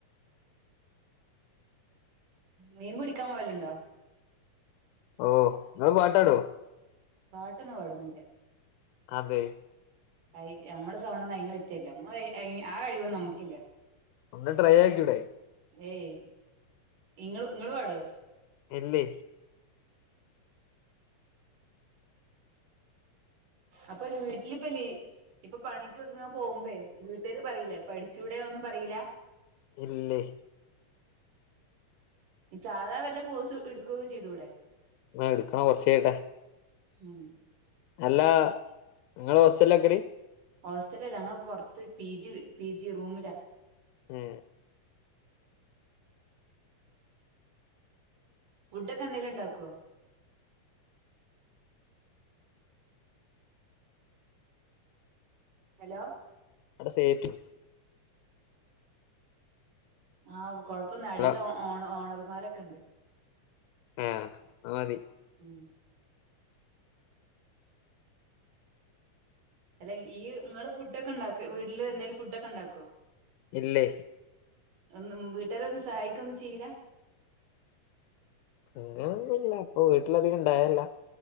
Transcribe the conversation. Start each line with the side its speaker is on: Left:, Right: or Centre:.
Right: മീൻ പിടിക്കാൻ പോവലുണ്ടോ
Left: ഓ നിങ്ങള് പാട്ട് പാടോ
Right: പാട്ടൊന്നും പാടുന്നില്ല
Left: അതെ
Right: ക നമ്മുടെ സൗണ്ട് ഒന്നും അയിന് പറ്റല്ല ആ കഴിവൊന്നും നമുക്കില്ല
Left: ഒന്ന് ട്രൈ ആക്കി കൂടേ
Right: ഏയ് ഇങ്ങള് ഇങ്ങള് പാടുമോ
Left: ഇല്ല
Right: അപ്പൊ ന ഇഡലിപ്പനി <unintelligible> ഇപ്പൊ പണിക്കക്ക പോകുമ്പേ വീട്ടുകാര് പറയില്ലേ പഠിച്ചുടെയാ ഒന്നും പറയൂലാ
Left: ഇല്ലേ
Right: സാധാ വല്ല കോഴ്സ് എടുക്കുകയൊക്കെ ചെയ്തുടെ
Left: എന്നാ എടുക്കണ കൊറച്ചായിട്ടെ
Right: ഉം
Left: നല്ല നിങ്ങള് ഹോസ്റ്റല ഒക്കറി <unintelligible>
Right: ഹോസ്റ്റലിലല്ല ഞങ്ങള് പുറത്ത് പി ജി പി ജി റൂമിലാ
Left: ങേ.
Right: ഫുഡൊക്കെ എന്തെങ്കിലും ഉണ്ടാക്കുവോ? ഹലോ
Left: അവുടെ സേഫ്റ്റി
Right: ആഹ്, കൊഴപ്പന്നുല്ല അടിൽ
Left: അല്ല
Right: ഓണ ഓണർമാരൊക്കെ ഉണ്ട്.
Left: ആഹ് അത് മതി.
Right: ഉം. അല്ലെ, ഈ നിങ്ങള് ഫുഡ് ഒക്കെ ഉണ്ടാക്കൊ വീട്ടില് എന്തെലും ഫുഡ് ഒക്കെ ഉണ്ടാക്കുവോ?
Left: ഇല്ല.
Right: ഒന്നും വീട്ടുകാരെ ഒന്നും സഹായിക്കൊന്നും ചെയ്യില്ല.
Left: അങ്ങനൊന്നുമല്ല, ഇപ്പൊ വീട്ടിലധികം ഇണ്ടാവേല്ല.